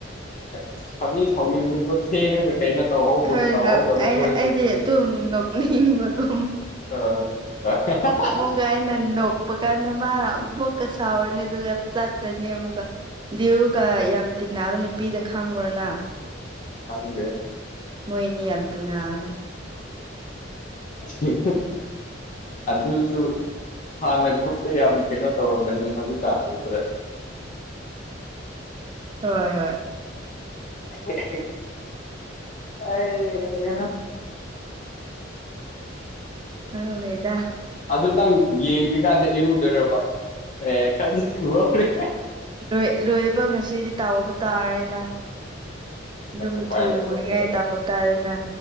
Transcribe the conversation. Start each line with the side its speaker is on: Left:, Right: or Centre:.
Left: ꯁꯅꯤ ꯁꯥꯎꯅꯤ ꯃ ꯊꯒ ꯀꯩꯅꯣ ꯇꯧꯍꯧꯕ
Right: ꯍꯣꯏ
Left: ꯇꯧꯍꯧꯗꯕ
Right: ꯑꯩ
Left: ꯈꯣꯏꯗꯤ
Right: ꯑꯩꯗꯤ
Left: ꯎꯝ
Right: ꯑꯗꯨꯝ ꯅꯣꯛꯅꯤꯡꯕꯀꯣ
Left: ꯑꯝ <unintelligible>
Right: ꯑꯗꯨꯒ ꯑꯩꯅ ꯅꯣꯛꯄ ꯀꯥꯟꯗ ꯃꯥ ꯑꯃꯕꯣꯛꯀ ꯁꯥꯎꯔꯅꯤ ꯑꯗꯨꯒ ꯆꯠꯇꯅꯤ ꯑꯃꯨꯛꯀ ꯗꯤꯌꯨꯒ ꯌꯥꯝ ꯇꯤꯟꯅꯕ ꯅꯨꯄꯤꯗ ꯈꯪꯕ꯭ꯔꯣ ꯅꯪ
Left: ꯈꯪꯗꯦ꯫
Right: ꯃꯣꯏ ꯑꯅꯤ ꯌꯥꯝ ꯊꯤꯅꯕꯅꯤ꯫
Left: <unintelligible> ꯑꯗꯨꯁꯨ ꯍꯥꯟꯅ ꯒ꯭ꯔꯨꯞꯇ ꯌꯥꯝ ꯀꯩꯅꯣ ꯇꯧꯔꯝꯕꯅꯤ ꯍꯧꯖꯤꯛꯀꯥꯟꯗꯨꯗ
Right: ꯍꯣꯏ ꯍꯣꯏ
Left: ꯑꯦ ꯍꯩꯍꯥ
Right: ꯈꯪꯗꯦꯗꯥ
Left: ꯑꯗꯨ ꯅꯪ ꯌꯦꯡꯗ꯭ꯔꯤꯀꯥꯟꯗ ꯏꯔꯨꯗꯣꯏꯔꯕ ꯑꯦ ꯀꯔꯤꯁꯨꯔꯦ꯫
Right: ꯂꯣꯏ ꯂꯣꯏꯕ ꯉꯁꯤꯗꯤ ꯇꯥꯎꯕ ꯇꯥꯔꯦꯅ ꯑꯗꯨꯝ
Left: ꯎꯄꯥꯏ
Right: ꯊꯨꯅꯤꯡꯉꯥꯏ
Left: ꯂꯩꯇꯕꯗꯣ
Right: ꯇꯥ ꯇꯥꯔꯦꯅ